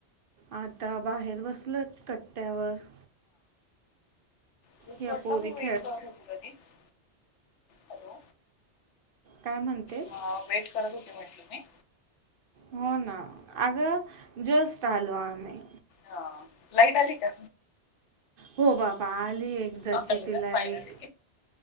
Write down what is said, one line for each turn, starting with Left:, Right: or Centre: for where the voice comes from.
Right: आता बाहेर बसलोयत कट्ट्यावर.
Left: स्वतःहून
Right: ह्या पोरी
Left: म्हटलं मग
Right: खेळ
Left: वेट करत होती कधीच. हॅलो
Right: काय म्हणतेस?
Left: हा वेट करत होती म्हटलं मी.
Right: हो ना अगं जेस्ट आलो आम्ही.
Left: हा लाईट आली का?
Right: हो बाबा आली एक एकादशी
Left: आली
Right: ती
Left: ना
Right: लाईट
Left: फायनली.